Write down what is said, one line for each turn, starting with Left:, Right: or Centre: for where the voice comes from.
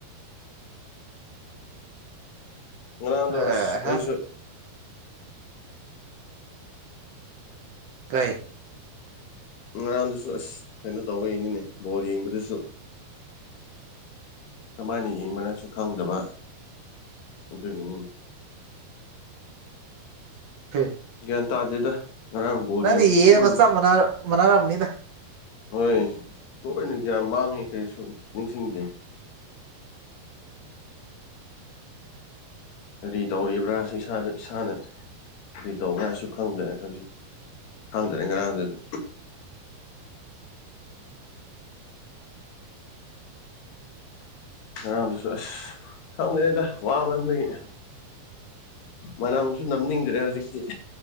Left: ꯉꯔꯥꯡꯗꯣ
Right: ꯑꯦ
Left: ꯑꯁ
Right: ꯍꯥ
Left: ꯑꯩꯁꯨ
Right: ꯇꯥꯏ
Left: ꯉꯔꯥꯡꯗꯨꯁꯨ ꯑꯁ ꯀꯩꯅꯣ ꯇꯧꯕꯩꯅꯤꯅꯦ ꯕꯣꯜ ꯌꯦꯡꯕꯗꯨꯁꯨ ꯀꯃꯥꯏꯅ ꯌꯦꯡꯕ ꯅꯪꯁꯨ ꯈꯪꯗꯕ ꯑꯗꯨꯒꯤꯅꯤꯅꯦ
Right: ꯀꯩ
Left: ꯒ꯭ꯌꯥꯟ ꯇꯥꯗꯦꯗ ꯉꯔꯥꯡ ꯕꯣꯜ
Right: ꯅꯪꯅ
Left: ꯌꯦꯡ
Right: ꯌꯦꯡꯉꯤꯗ‌ꯣ
Left: ꯂꯣꯏꯅ
Right: ꯆꯞ ꯃꯅꯥ ꯃꯅꯥꯔꯝꯅꯤꯗ
Left: ꯍꯣꯏ ꯂꯣꯏꯅ ꯒ꯭ꯌꯥꯟ ꯃꯥꯡꯉꯦ ꯀꯩꯁꯨ ꯅꯤꯡꯁꯤꯡꯗꯦ ꯀꯔꯤ ꯇꯧꯔꯤꯕ꯭ꯔꯥꯁꯨ ꯏꯁꯥꯗ ꯏꯁꯥꯅ ꯀꯔꯤ ꯇꯧꯕ ꯍꯥꯏꯁꯨ ꯈꯪꯗ꯭ꯔꯦ ꯍꯧꯖꯤꯛꯇꯤ ꯈꯪꯗ꯭ꯔꯦ ꯉꯔꯥꯡꯗꯨꯗꯤ ꯉꯥꯔꯥꯡꯗꯨꯁꯨ ꯑꯁ ꯈꯪꯗꯔ‌ꯦꯗ ꯋꯥꯃꯟꯕꯒꯤ ꯃꯅꯝꯁꯨ ꯅꯝꯅꯤꯡꯗ꯭ꯔꯦ ꯍꯧꯖꯤꯛꯇꯤ